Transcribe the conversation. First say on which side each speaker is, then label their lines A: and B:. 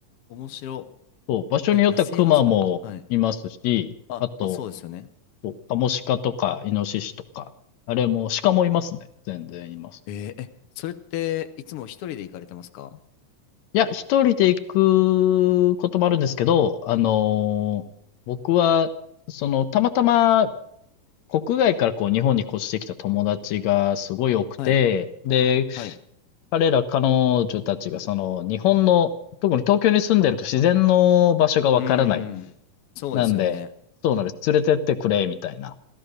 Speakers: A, on the left; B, on the left.
A: 面白。
B: そう、場所によっては熊もいますし、
A: え、野生の猿はい。あ、
B: あと、
A: まあそうですよね。
B: そう、カモシカとか、イノシシとか、あれも、鹿もいますね。全然います。
A: えー、え、それっていつも一人で行かれてますか
B: いや、一人で行くこともあるんですけど、あのー僕は、その、たまたま、国外からこう、日本に越してきた友達がすごい多くて、
A: はい、
B: で、
A: はい。
B: 彼ら彼女たちがその、日本の、特に東京に住んでると自然の場所がわからない。
A: うーん、そうですよね。
B: なんで、そうなんです。連れてってくれ、みたいな。